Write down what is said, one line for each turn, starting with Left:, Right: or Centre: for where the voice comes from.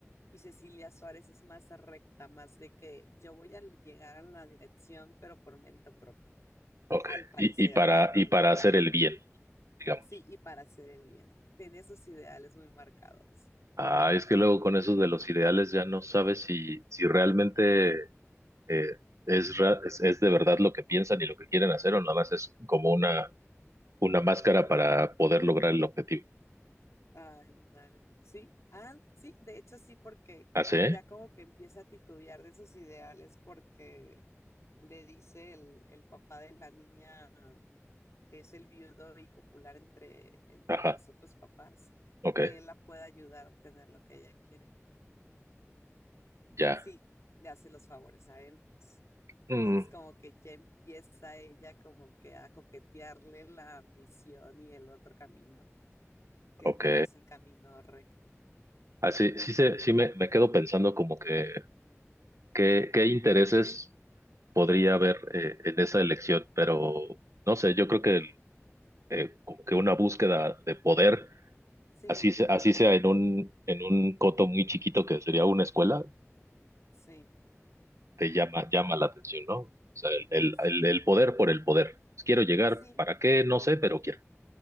Left: Y Cecilia Suárez es más recta, más de que yo voy a llegar a la dirección, pero por mérito propio,
Right: ok.
Left: al parecer,
Right: Y, y para,
Left: ¿no? Ella.
Right: y para hacer el bien, digamos.
Left: Sí, y para hacer el bien. Tiene sus ideales muy marcados.
Right: Ah, es que luego con esos de los ideales ya no sabes si, si realmente eh, es, ra- es, es de verdad lo que piensan y lo que quieren hacer o nada más es como una, una máscara para poder lograr el objetivo.
Left: Ah, Ándale, sí, ah, sí, de hecho sí, porque
Right: ¿Ah, sí?
Left: ya como que empieza a titubear de sus ideales porque le dice el, el papá de la niña, que es el viudo y popular entre, entre
Right: Ajá,
Left: los otros papás,
Right: ok,
Left: que él la pueda ayudar a obtener lo que ella quiere.
Right: ya.
Left: Sí, le hace los favores a él, pues.
Right: Mm,
Left: Entonces como que ya empieza ella como que a coquetearle la ambición y el otro camino, que
Right: ok.
Left: no es el camino recto.
Right: Así, sí, sí se, sí me, me quedo pensando como que qué, qué intereses podría haber eh, en esa elección, pero no sé, yo creo que eh, como que una búsqueda de poder,
Left: Sí,
Right: así, se- así sea en un, en un coto muy chiquito que sería una escuela,
Left: sí.
Right: te llama, llama la atención, ¿no? O sea, el, el,
Left: Sí,
Right: el- el poder por el poder. Pues, Quiero llegar,
Left: sí,
Right: ¿para qué? No sé, pero quiero.